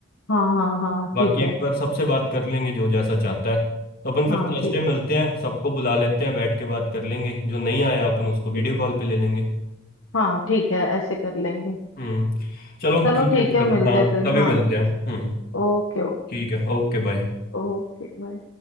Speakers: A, on the left; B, on the left.
A: हाँ हाँ हाँ
B: बाकी
A: ठीक है
B: एक बार सबसे बात कर लेंगे जो जैसा चाहता है तो अपन
A: हाँ
B: फिर थर्सडे
A: ठीक है
B: मिलते हैं सबको बुला लेते हैं बैठ के बात कर लेंगे जो नहीं आया अपन उसको
A: ठीक
B: वीडियो कॉल पे ले लेंगे
A: हाँ ठीक है ऐसे कर लेंगे
B: हम्म चलो
A: चलो
B: ठीक
A: ठीक
B: है फिर
A: है मिलते
B: हाँ
A: हैं फिर
B: तभी
A: हाँ
B: मिलते हैं हम्म
A: Okay okay
B: ठीक है ओके बाय
A: Okay bye